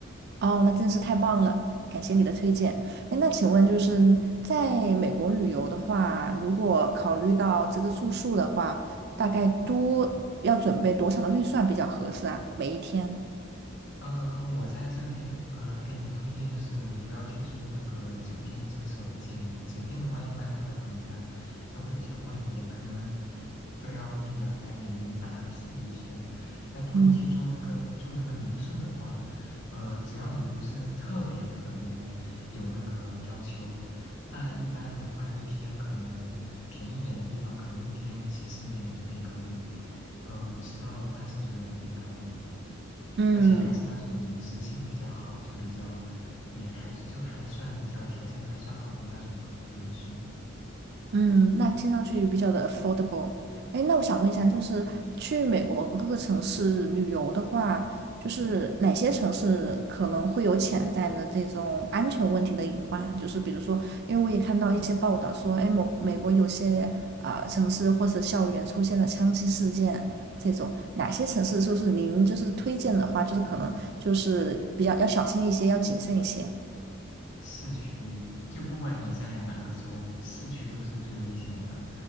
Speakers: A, on the right (about 55°); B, on the left (about 65°).
A: 哦，那真是太棒了，感谢你的推荐。哎，那请问就是在美国旅游的话，如果考虑到这个住宿的话，大概多要准备多少的预算比较合适啊？每一天？
B: 嗯，我在这边呃，给你的推荐就是你不要去住那个酒店，这个是我的建议。酒店的话，一般它的房价都会比较贵一点，可能都要一两百美元打底一天。但如果你去住那个住那个民宿的话，
A: 嗯。
B: 呃，只要你不是特别特别有那个要求，那一般的话，一天可能便宜一点的地方，可能一天几十美元就可以搞定，呃，五十到八十左右都可以搞定。
A: 嗯，
B: 而且还是那种隐私性比较好，就比较也还就还算比较条件还算好的那种民宿。
A: 嗯，那听上去比较的 affordable。哎，那我想问一下，就是去美国各个城市旅游的话，就是哪些城市可能会有潜在的这种安全问题的隐患啊？就是比如说，因为我也看到一些报道说，哎，某美国有些啊、城市或是校园出现了枪击事件这种，哪些城市就是您就是推荐的话，就是可能就是比较要小心一些，要谨慎一些。
B: 市区就不管你在哪个州，市区都是最危险的。